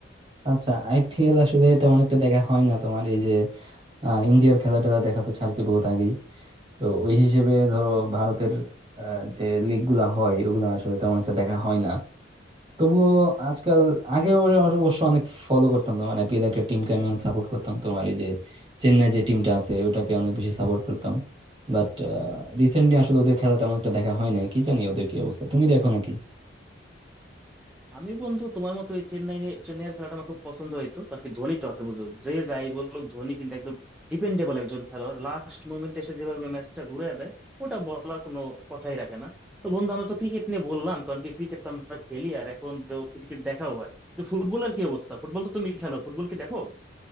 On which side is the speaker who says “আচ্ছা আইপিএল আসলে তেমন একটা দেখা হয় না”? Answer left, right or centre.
Right